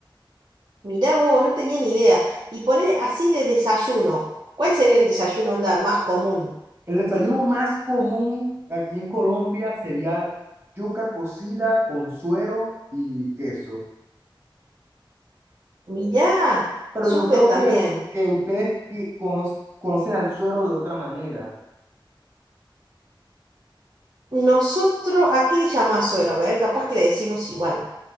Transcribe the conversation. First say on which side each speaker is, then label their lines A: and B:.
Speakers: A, on the right; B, on the right.
A: Mirá vos, no tenía ni idea. Y poner así de desayuno. ¿Cuál sería el desayuno onda más común?
B: El desayuno más común aquí en Colombia sería yuca cocida con suero y queso.
A: Mirá,
B: Pero
A: súper
B: yo creo
A: también.
B: que, que ustedes ti- cono- conocen al suero de otra manera.
A: Nosotros, ¿a qué le llamás suero? A ver, capaz que le decimos igual.